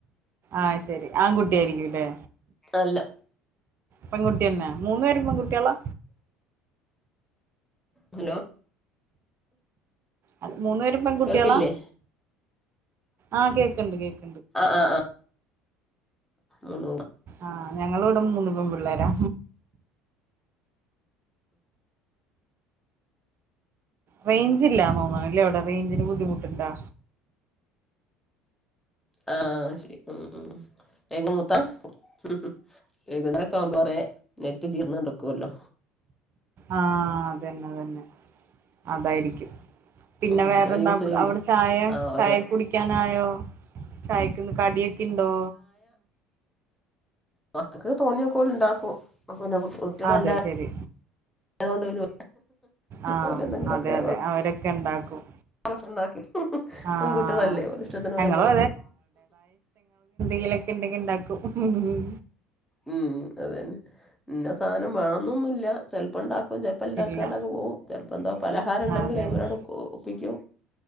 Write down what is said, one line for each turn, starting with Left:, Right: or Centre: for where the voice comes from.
Right: ആഹ് ശെരി ആൺകുട്ടിയായിരിക്കും ല്ലേ.
Centre: അല്ല
Right: പെൺകുട്ടിയന്നെ മോനേരും പെൺകുട്ടികളാ?
Centre: ഹലോ-
Right: അല്ല മൂന്നു പേരും പെൺകുട്ടികളാ?
Centre: കേൾക്കില്ലേ
Right: ആഹ് കേക്കുണ്ട് കേക്ക്
Centre: ആഹ് ആഹ് ആഹ്. മൂന്ന്
Right: ആഹ് ഞങ്ങൾ ഇവിടെ മൂന്ന് പെണ്ണ് പിള്ളേരാ. റേഞ്ച് ഇല്ല തോന്നുന്നുലെ അവിടെ റേഞ്ച്ന് ബുദ്ധിമുട്ട് ഉണ്ടോ?
Centre: ആഹ് ശരി ഉ ഉ ഏക മൂത്ത. <unintelligible> നെറ്റ് തീർന്നടുക്കുവല്ലോ?
Right: ആഹ് അതന്നെ ആതന്നെ അതായിരിക്കും. പിന്നെ
Centre: ഉം
Right: വേറെന്താ
Centre: കൊറേ യൂസ് ചെയ്യുമ്പോ
Right: അവിടെ ചായ
Centre: ആഹ് ഓരോ
Right: ചായ കുടിക്കാനായോ ചായ പിന്നെ കടിയൊക്കെ ഇണ്ടോ?
Centre: മക്കൾക് തോന്നിയതോക്കെ ഓല് ഇണ്ടാക്കും പിന്നെ കുട്ടികൾ
Right: അതെ
Centre: എല്ലാം
Right: ശരി.
Centre: അത്കൊണ്ട് ഓരു
Right: ആഹ്
Centre: ഓലെ എന്തെങ്കിലുമൊക്കെ
Right: അതെ അതെ അവരൊക്കെ ഇണ്ടാക്കും.
Centre: റുണ്ടാക്കി
Right: ആഹ്
Centre: പെൺകുട്ടികളല്ലേ ഒരിഷ്ടത്തിന
Right: ഞങ്ങളും
Centre: ഒരങ്ങാക്കൂ-
Right: <unintelligible> ലൊക്കെ ഉണ്ടെങ്കി ഉണ്ടാക്കും ഹ്മ്മ് ഹമ്.
Centre: ഉം അതന്നെ ഇന്ന സാധനം വേണംന്നന്നില്ല ചെലപ്പോ ണ്ടാക്കും. ഇപ്പ ചെലപ്പം ഇണ്ടാക്കാണ്ടൊക്കെ
Right: ഇല്ല
Centre: പോവും ചെലപ്പം എന്തോ പലഹാരംണ്ടങ്കിൽ
Right: അതെ
Centre: അയ്മങ്ങാട്ട്
Right: അതെ
Centre: ഒപ്പിക്കും.